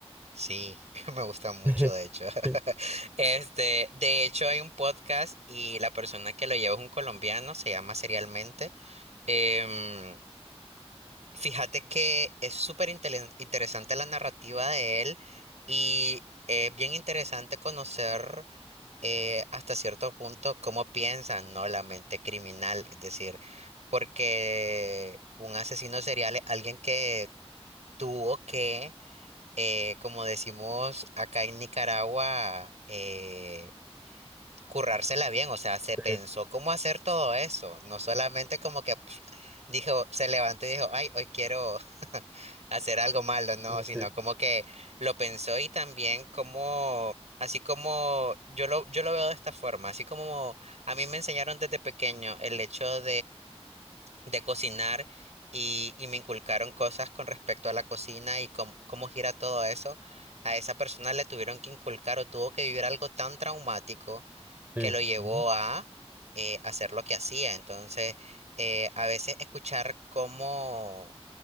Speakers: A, on the right; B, on the right.
A: Sí, <laughs> me gusta mucho,
B: <laughs>
A: de hecho. <laughs>
B: Sí,
A: Este, de hecho, hay un podcast y la persona que lo lleva es un colombiano, se llama Serialmente. Em, fíjate que es súper intelen- interesante la narrativa de él y es bien interesante conocer eh, hasta cierto punto cómo piensan, ¿no? La mente criminal, es decir, porque un asesino serial es alguien que tuvo que eh, como decimos acá en Nicaragua, eh, currársela bien, o sea, se pensó
B: sí,
A: cómo hacer todo eso, no solamente como que pf, dijo, se levantó y dijo, ay, hoy quiero <laughs> hacer algo malo, no,
B: ujú, sí,
A: sino como que lo pensó y también como, así como yo lo, yo lo veo de esta forma, así como a mí me enseñaron desde pequeño el hecho de cocinar y, y me inculcaron cosas con respecto a la cocina y cómo, cómo gira todo eso, a esa persona le tuvieron que inculcar o tuvo que vivir algo tan traumático
B: sí,
A: que lo llevó
B: ujú,
A: a eh, hacer lo que hacía. Entonces, eh, a veces escuchar cómo,